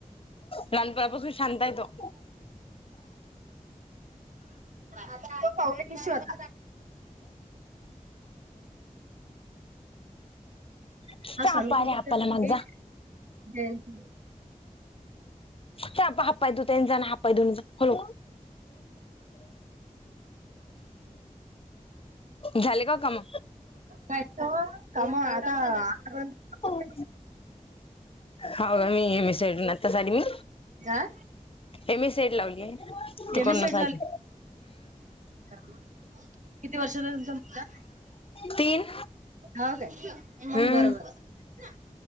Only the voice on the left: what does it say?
लहानपणापासून शांत आहे तो.
जा
आप्पा
आले
आप्पाला माग जा.
ते हप्पा हातपाय धूऊन जा आणि हात पाय धूऊन ते जा, हळूच. झाले का काम?
हो का मी <unintelligible> आताच आली मी.
M S C I T लावलीये तिकडूनच
आले.
तीन.
हम्म